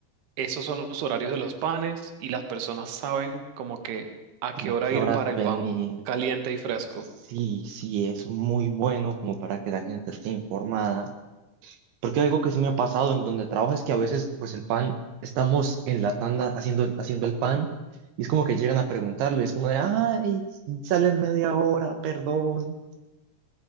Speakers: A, on the right; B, on the right.
A: esos son los horarios de los panes y las personas saben como que a
B: como
A: qué hora
B: a qué
A: ir
B: horas
A: para el
B: venir?
A: pan caliente y fresco.
B: Sí, sí, es muy bueno como para que la gente esté informada. Porque algo que sí me ha pasado en donde trabajo es que a veces, pues el pan, estamos en la tanda haciendo, haciendo el pan y es como que llegan a preguntarlo y es como de, ay, sale en media hora, perdón.